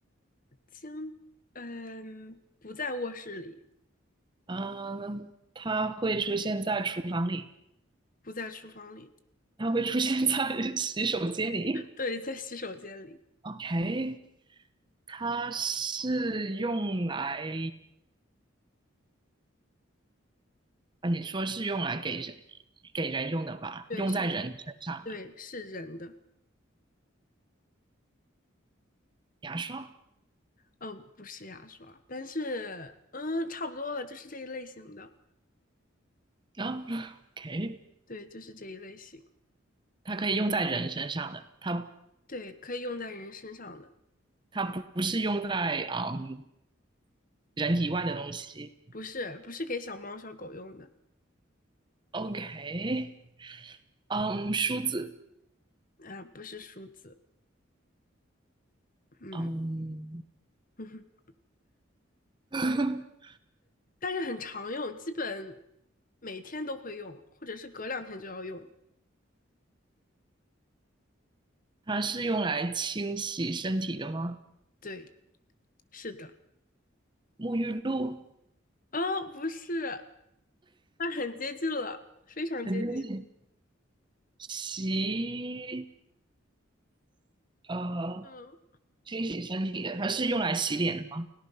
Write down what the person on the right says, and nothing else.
嗯，它会出现在厨房里，
它会出现在 <laughs> 洗手间里
，OK，它是用来啊，你说是用来给人给人用的吧？
用在人身上的
牙刷
啊，OK，
它可以用在人身上的，它
它不不是用在嗯人以外的东西
，OK，嗯，梳子，
嗯，
<laughs>
它是用来清洗身体的吗？
沐浴露，
很反正洗呃
清洗身体的，它是用来洗脸的吗？